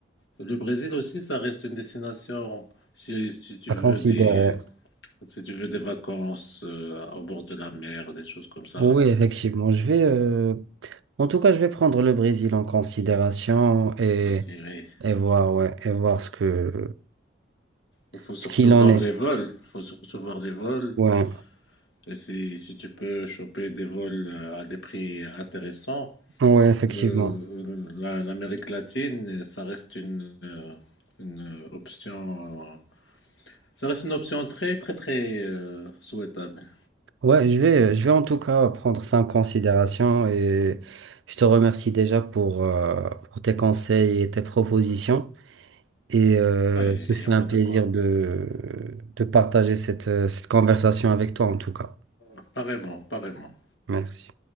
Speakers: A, on the left (about 70°); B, on the right (about 85°).
A: Le Brésil aussi, ça reste une destination, si, si tu
B: À
A: veux
B: considérer.
A: des, si tu veux des vacances euh, au bord de la mer, des choses comme ça
B: Oui, effectivement. Je vais... euh, En tout cas, je vais prendre le Brésil en considération et,
A: aussi, oui.
B: et voir, ouais, et voir ce que,
A: Il faut
B: ce
A: surtout
B: qu'il
A: voir
B: en est.
A: les vols, il faut surtout voir les vols.
B: Ouais,
A: Et si, si tu peux choper des vols euh, à des prix intéressants,
B: ouais, effectivement.
A: euh, la- l'Amérique latine, ça reste une, euh, une option, euh, ça reste une option très, très, très euh, souhaitable.
B: Ouais, je vais, je vais en tout cas prendre ça en considération et je te remercie déjà pour, euh, pour tes conseils et tes propositions. Et euh,
A: Ouais,
B: ce
A: il
B: fut
A: n'y a pas
B: un plaisir
A: de quoi.
B: de, de partager cette, cette conversation avec toi en tout cas.
A: Apparemment, apparemment.
B: Merci.